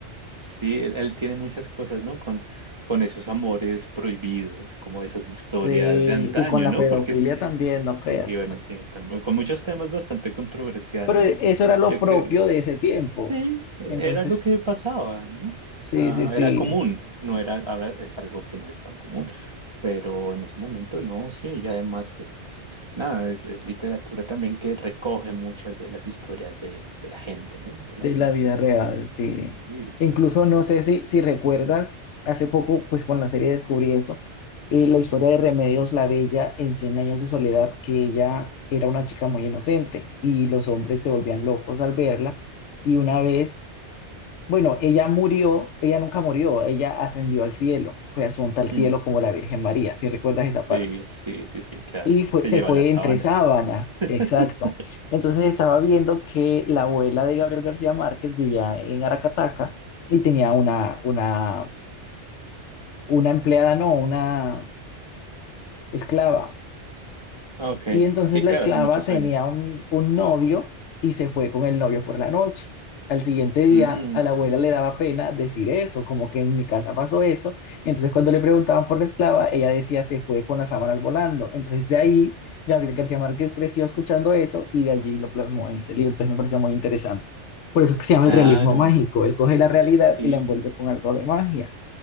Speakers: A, on the right; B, on the left.
A: Sí, él, él tiene muchas cosas, ¿no? Con, con esos amores prohibidos, como esas historias
B: Sí,
A: de antaño,
B: y con la
A: ¿no?
B: pedofilia
A: Porque sí,
B: también, no creas.
A: y bueno, sí, también, con muchos temas bastante controversiales,
B: Pero eso era lo
A: ya
B: propio
A: que
B: de ese tiempo.
A: eh, era
B: Entonces,
A: lo que pasaba, ¿no? O sea,
B: sí, sí, sí.
A: era común, no era, ahora es algo que no es tan común, pero en ese momento no, sí, y además, pues, nada, es, es literatura también que recoge muchas de las historias de, de la gente, ¿no? De
B: de
A: la gente
B: la vida real,
A: del...
B: sí.
A: y, o sea,
B: Incluso no sé si, si recuerdas, hace poco, pues con la serie descubrí eso, eh, la historia de Remedios la Bella en cien años de soledad, que ella era una chica muy inocente y los hombres se volvían locos al verla. Y una vez, bueno, ella murió, ella nunca murió, ella ascendió al cielo, fue asunta al cielo
A: mm,
B: como la Virgen María, si recuerdas esa
A: Sí,
B: parte
A: sí, sí, sí, claro.
B: y fue,
A: Se
B: se
A: lleva
B: fue
A: las
B: entre
A: sábanas.
B: sábanas,
A: <laughs>
B: exacto. Entonces estaba viendo que la abuela de Gabriel García Márquez vivía en Aracataca y tenía una, una, una empleada, no, una esclava.
A: Ok,
B: Y entonces
A: sí,
B: la
A: claro,
B: esclava
A: hace muchos
B: tenía
A: años.
B: un, un novio y se fue con el novio por la noche. Al siguiente día,
A: Mm,
B: a la abuela le daba pena decir eso, como que en mi casa pasó eso. Entonces, cuando le preguntaban por la esclava, ella decía se fue con las sábanas volando. Entonces, de ahí, Gabriel García Márquez creció escuchando eso y de allí lo plasmó en ese libro. Entonces, me pareció muy interesante. Por eso es que se llama
A: claro,
B: el realismo mágico. Él coge la realidad
A: sí,
B: y la envuelve con algo de magia.